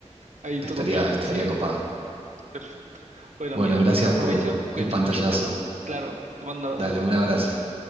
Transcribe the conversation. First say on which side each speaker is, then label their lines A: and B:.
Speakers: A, on the right; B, on the right.
A: ahí
B: estaría,
A: todo piola,
B: estaría
A: sí,
B: copado.
A: perfecto. Bueno,
B: Bueno,
A: mira,
B: gracias
A: te dejo Fabricio,
B: por
A: cuídate
B: el pantallazo.
A: mucho y te mando. Claro, te mando un abrazo,
B: Dale,
A: hermano.
B: un abrazo.